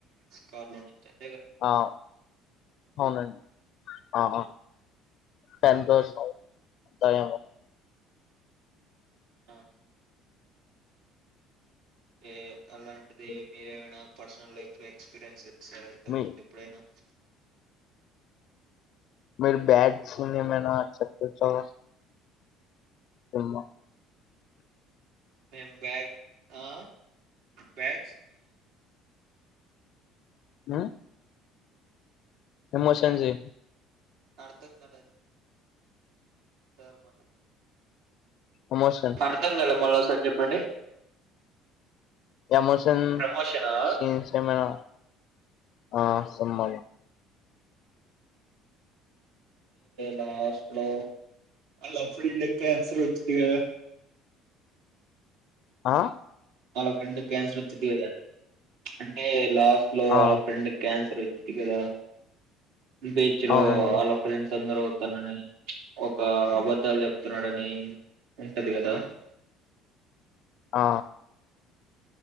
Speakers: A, on the right; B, on the left.
A: కార్ లో <unintelligible>
B: ఆ అవునండి ఆ ఆ సంతోషం దయ
A: ఆ ఏ అలాంటిది మీరేమైనా పర్సనల్ లైఫ్ లో ఎక్స్పీరియన్స్ చేస్తారా ఇంతకు
B: మీ
A: ముందు ఎప్పుడైనా
B: మీరు బ్యాడ్ సూన్యమైన చెప్పొచ్చు కదా సమ్మా
A: మేం బ్యాగ్ ఆ బ్యాగ్
B: ఆ ఎమోషన్ చెయ్
A: అర్థం కాలేదు సారు మాట
B: ఎమోషన్
A: అర్థం కాల మల్లొక సారి చెప్పండి
B: ఎమోషన్
A: ప్రమోషనా
B: సీన్స్ ఏమైనా ఆ సిన్మా లొ <inaudible>
A: లాస్ట్ లొ వాళ్ళ ఫ్రెండ్ కి క్యాన్సర్ వచ్చిది కదా
B: ఆ
A: వాళ్ళ ఫ్రెండ్ కి క్యాన్సర్ వచ్చిది కదా అంటే లాస్ట్ లో
B: ఆ
A: వాళ్ళ ఫ్రెండ్ కి క్యాన్సర్ వచ్చిది కదా బీచ్ లో
B: అవునండి
A: వాళ్ళ ఫ్రెండ్స్ అందరు తనని ఒక అబద్ధాలు చెప్తున్నాడని ఉంటది కదా
B: ఆ